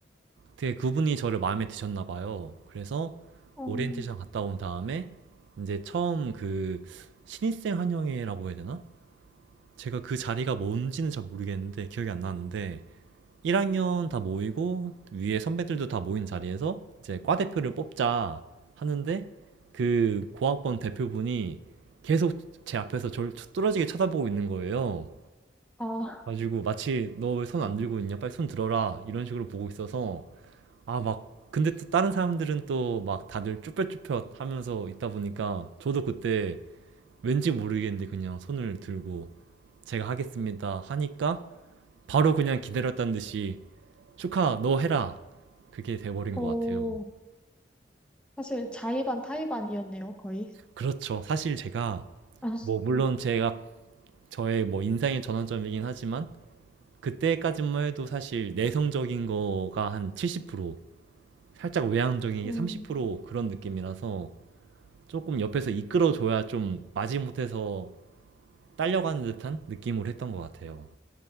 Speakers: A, on the right; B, in the centre.
A: 되게 그분이 저를 마음에 드셨나 봐요. 그래서
B: 음,
A: 오리엔테이션 갔다 온 다음에 이제 처음 그 신입생 환영회라고 해야 되나? 제가 그 자리가 뭔지는 잘 모르겠는데 기억이 안 나는데 1학년 다 모이고 위에 선배들도 다 모인 자리에서 이제 과 대표를 뽑자 하는데 그 고학번 대표분이 계속 제 앞에서 저를 뚫어지게 쳐다보고 있는 거예요.
B: 아,
A: 가지고 마치 너 왜 손 안 들고 있냐 빨리 손 들어라 이런 식으로 보고 있어서 아, 막, 근데 또 다른 사람들은 또 막 다들 쭈뼛쭈뼛 하면서 있다 보니까 저도 그때 왠지 모르겠는데 그냥 손을 들고 제가 하겠습니다 하니까 바로 그냥 기다렸다는 듯이 축하, 너 해라. 그게 돼버린
B: 오,
A: 것 같아요.
B: 사실 자의반 타의반이었네요, 거의.
A: 그렇죠. 사실 제가
B: <laughs> 아,
A: 뭐 물론 제가 저의 뭐 인생의 전환점이긴 하지만 그때까지만 해도 사실 내성적인 거가 한 70%, 살짝 외향적인
B: 음,
A: 게 30% 그런 느낌이라서 조금 옆에서 이끌어줘야 좀 마지못해서 딸려가는 듯한 느낌을 했던 것 같아요.